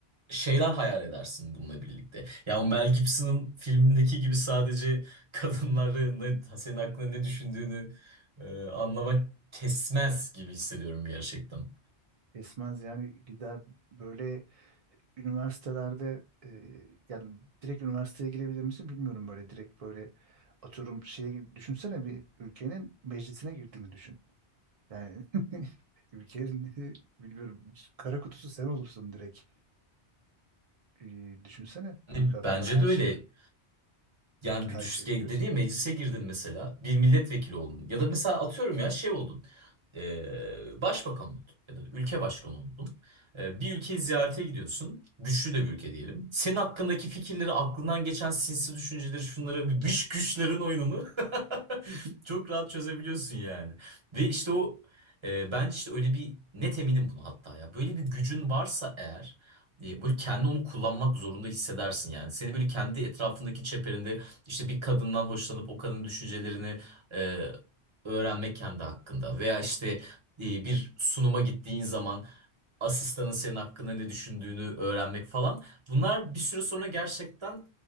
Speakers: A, on the right; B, on the right.
A: şeyler hayal edersin bununla birlikte. Ya o Mel Gibson'ın filmindeki gibi sadece kadınları ne, senin aklına ne düşündüğünü e, anlamak kesmez gibi hissediyorum gerçekten.
B: Esmez yani gider böyle üniversitelerde e, yani direkt üniversiteye girebilir misin bilmiyorum böyle direkt böyle atıyorum şey düşünsene bir ülkenin meclisine girdiğini düşün. Yani <laughs> ülkenin <laughs> bilmiyorum kara kutusu sen olursun direkt. Ee, düşünsene ülke
A: Yani
B: hakkında
A: bence
B: her
A: de öyle.
B: şey
A: Yani
B: her
A: bir düş
B: şey
A: dediğim
B: biliyorsun.
A: meclise girdin mesela bir milletvekili oldun ya da mesela atıyorum ya şey oldun eee, başbakan oldun ya da ülke başkanı oldun Eee, bir ülkeyi ziyarete gidiyorsun güçlü de bir ülke diyelim senin hakkındaki fikirleri aklından geçen sinsi düşünceleri şunları dış güçlerin oyununu <laughs>
B: <laughs> Hı
A: çok rahat çözebiliyorsun yani ve işte o eee, bence işte öyle bir net eminim bunu hatta ya böyle bir gücün varsa eğer e, Böyle kendi onu kullanmak zorunda hissedersin yani. Seni böyle kendi etrafındaki çeperinde işte bir kadından hoşlanıp o kadının düşüncelerini e, öğrenmek kendi hakkında veya işte e, bir sunuma gittiğin zaman asistanın senin hakkında ne düşündüğünü öğrenmek falan bunlar bir süre sonra gerçekten